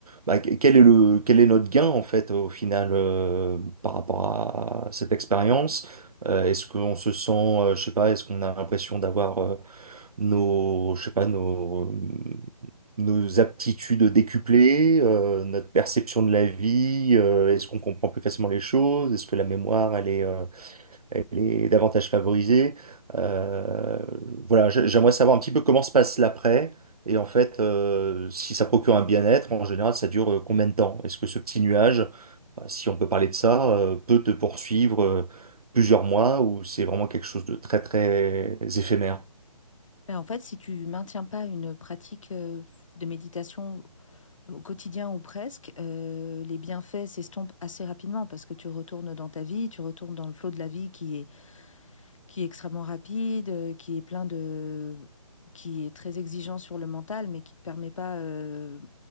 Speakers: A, on the right (about 80°); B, on the left (about 60°).
A: bah, que- quel est le, quel est notre gain, en fait, au final, euh, par rapport à cette expérience? Euh, est-ce qu'on se sent, euh, je sais pas, est-ce qu'on a l'impression d'avoir euh, nos, je sais pas, nos, nos aptitudes décuplées, euh, notre perception de la vie, euh, est-ce qu'on comprend plus facilement les choses, est-ce que la mémoire, elle est, euh, elle est davantage favorisée. Euh, voilà, j- j'aimerais savoir un petit peu comment se passe l'après. Et en fait, euh, si ça procure un bien-être, en général, ça dure euh, combien de temps? Est-ce que ce petit nuage, bah, si on peut parler de ça, euh, peut te poursuivre euh, plusieurs mois ou c'est vraiment quelque chose de très, très éphémère?
B: Ben, en fait, si tu maintiens pas une pratique euh, de méditation au quotidien ou presque, euh, les bienfaits s'estompent assez rapidement parce que tu retournes dans ta vie, tu retournes dans le flot de la vie qui est qui est extrêmement rapide, euh, qui est plein de, qui est très exigeant sur le mental, mais qui ne te permet pas euh,